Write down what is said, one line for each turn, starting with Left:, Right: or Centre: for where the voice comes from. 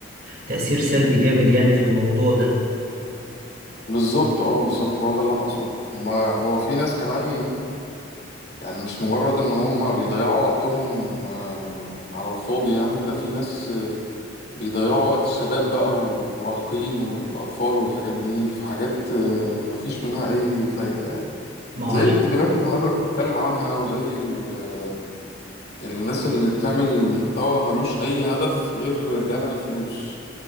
Right: تأثير سلبي جامد يعني في الموضوع ده
Left: بالظبط اه بالظبط هو ده اللي أنا أقصده وما هو في ناس كمان يعني مش مجرد ان هم بيضيعوا وقتهم آه، على الفاضي يعني ده في ناس آه، بيضيعوا وقت الشباب بقى والمراهقين والاطفال والحاجات دي في حاجات آه، مفيش منها اي فايدة يعني
Right: ما هو
Left: زي
Right: عش-
Left: الفيديوهات اللي حضرتك بتتكلم عنها وزي ال- آه، الناس اللي بتعمل محتوى ملوش اي هدف غير جمع الفلوس